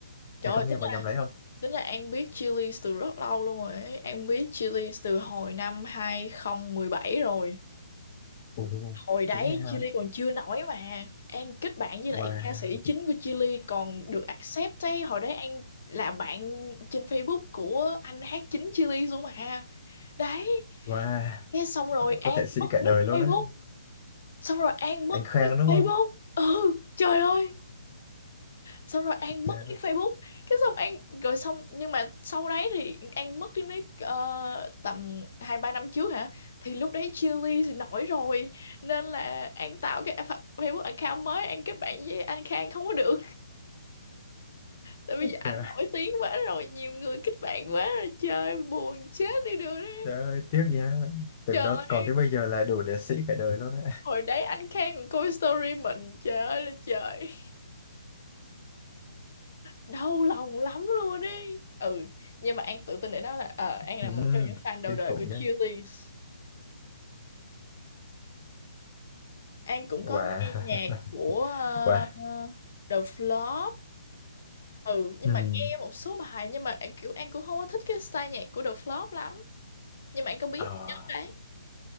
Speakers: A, on the left; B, on the left.
A: trời
B: anh
A: ơi
B: có nghe
A: tính
B: vào
A: là,
B: nhầm đấy không
A: tính là An biết chili từ rất lâu luôn rồi ấy. An biết chili từ hồi năm 2017 rồi
B: ồ
A: hồi đấy
B: dữ vậy hả
A: chili còn chưa nổi mà An kết bạn với lại
B: wow
A: ca sĩ chính của chili còn được accept ấy hồi đấy An là bạn trên Facebook của anh hát chính chili luôn mà đấy
B: wow
A: thế xong rồi An
B: có thể sĩ
A: mất
B: cả
A: nick
B: đời luôn
A: Facebook
B: á
A: xong rồi An mất
B: anh Khang
A: nick
B: đúng
A: Facebook
B: không
A: ừ trời ơi xong rồi An
B: trời
A: mất
B: ơi
A: nick Facebook cái xong An rồi xong nhưng mà sau đấy thì An mất cái nick ờ, tầm hai ba năm trước hả thì lúc đấy Chillies thì nổi rồi nên là An tạo cái fa- Facebook account mới An kết bạn với anh Khang không có được tại vì
B: trời,
A: anh
B: ơi,
A: nổi tiếng quá rồi nhiều người kết bạn quá rồi trời buồn chết đi được đấy
B: trời ơi tiếc nha tưởng
A: trời
B: đâu
A: ơi,
B: còn tới bây giờ là đủ để sĩ cả đời luôn á
A: hồi đấy anh Khang coi story mình trời ơi là trời đau lòng lắm luôn đi. ừ nhưng mà An tự tin để nói là ờ, An là
B: ừ,
A: một trong những fan đầu
B: kinh
A: đời
B: khủng
A: của
B: nha
A: Chillies An cũng
B: wow
A: có nghe nhạc
B: <laughs>
A: của ờ,
B: wow
A: The Flop ừ nhưng
B: ừ.
A: mà nghe một số bài nhưng mà An- kiểu An cũng không có thích cái style nhạc của The Flop lắm nhưng mà An có biết
B: Ờ.
A: nhóm đấy